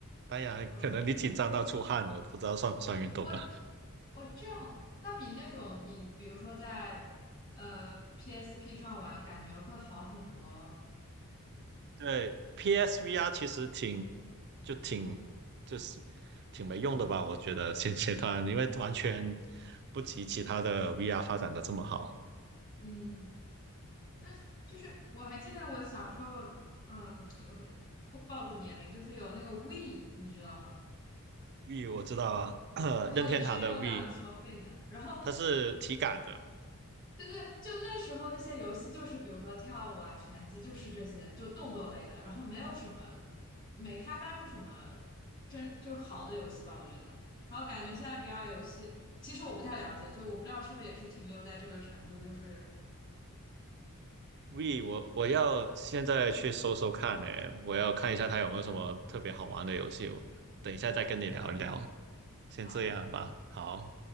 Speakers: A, on the right; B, on the left.
A: 当然，
B: 嗯，
A: 可能你紧张到出汗了，我不知道算不算运动了。
B: 哦我这样，那比那种你比如说在呃 PSP 上玩，感觉会好很多了。
A: 对，PSVR 其实挺就挺就是挺没用的吧，我觉得现阶段，因为完全不及其他的 VR 发展的这么好。
B: 嗯，那就是我还记得我小时候，嗯，呃不暴露年龄，就是有那个 w e 你知道吗？
A: V 我知道啊，<coughs>
B: 然后也是有两个手柄的，
A: <clears throat> 任天堂的 V
B: 然后
A: 它是体感的
B: 对对，就那时候那些游戏就是比如说跳舞啊、拳击，就是这些就动作类的，然后没有什么没开发出什么真就是好的游戏吧，我觉得。然后感觉现在 VR 游戏，其实我不太了解，就我不知道是不是也是停留在这个程度，就是。
A: V，我我要现在去搜搜看呢，我要看一下它有没有什么特别好玩的游戏，我等一下再跟你聊一聊，先这样吧，
B: 啊。
A: 好。